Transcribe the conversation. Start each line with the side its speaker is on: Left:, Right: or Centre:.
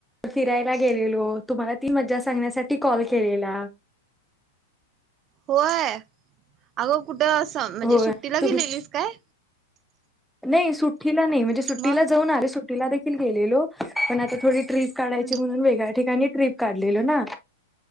Centre: फिरायला गेलेलो तुम्हाला ती मज्जा सांगण्यासाठी कॉल केलेला.
Right: होय आग कु ट असं म्हणजे
Centre: हो
Right: सुट्टीला
Centre: तुम्ही
Right: गेलेलीस काय.
Centre: नाही सु्ट ट्टी ला नही म्हणजे सुट्टी
Right: मग
Centre: ला जाऊन आले सूट <unintelligible> ट्रिप काढायची
Right: हम्
Centre: म्हणून वेगळ्या ठिकाणी. ट्रिप काढलेला ना.